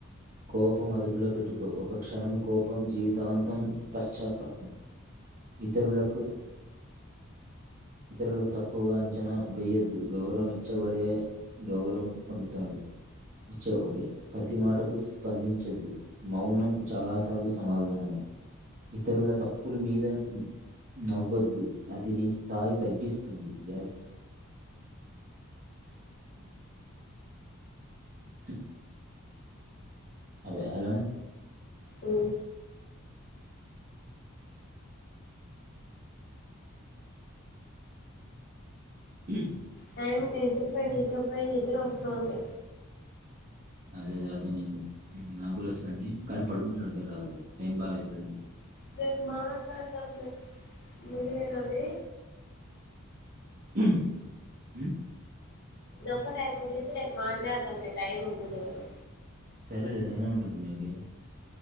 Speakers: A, on the right (about 40°); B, on the left (about 50°).
A: కోపం అదుపులో పెట్టుకో ఒక క్షణం కోపం జీవితాంతం పశ్చాత్తాపం ఇతరులకు ఇతరులకు తక్కువగా అంచనా వేయొద్దు గౌరవం ఇచ్చబడే గౌరవం పొందుతాడు ఇచ్చే ఒకే ప్రతి మాటకు స్పందించద్దు మౌనం చాలా సార్లు సమాధానమే ఇతరుల తప్పుల మీద నవ్వద్దు అది నీ స్ స్థాయి తగ్గిస్తుంది ఎస్ ఆ అదే హలో
B: ఊ
A: హ
B: టైమ్ కి నిద్ర పోయి నిద్ర పోయి ని నిద్రొస్తోంది
A: అదే అదే అర్థమైంది నా గూడ వస్తాంది కానీ పడుకుంటే నిద్ర రాదు టైం బాగా అవుతుంది
B: రేపు మాట్లాడదాంలే మిగిలినవి
A: హఉ ఉ
B: ఇది ఒక్కటి అయిపోజేసి రేపు మాట్లాడతాంలే టైం ఉంటుంది కదా
A: సరేలే నేను ఏమన్నా ఇప్పుడు నీకి